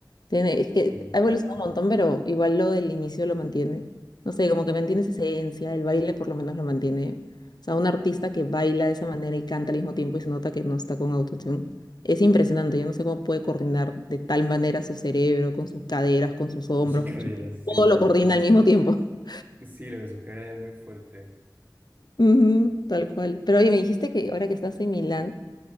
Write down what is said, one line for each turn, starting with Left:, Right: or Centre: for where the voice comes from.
Left: Tiene, es que
Right: sí.
Left: ha evolucionado un montón, pero igual lo del inicio lo mantiene. No sé, como que mantiene esa esencia, el baile por lo menos lo mantiene. O sea, un artista que baila de esa manera y canta al mismo tiempo y se nota que no está con autotune. Es impresionante, yo no sé cómo puede coordinar de tal manera su cerebro, con sus caderas, con sus hombros,
Right: <laughs> Su cadera,
Left: su-
Right: sí.
Left: todo lo coordina al mismo tiempo. <laughs>
Right: Sí, lo de su cadera es muy fuerte.
Left: Ujú, tal cual. Pero oye, me dijiste que ahora que estás en Milán,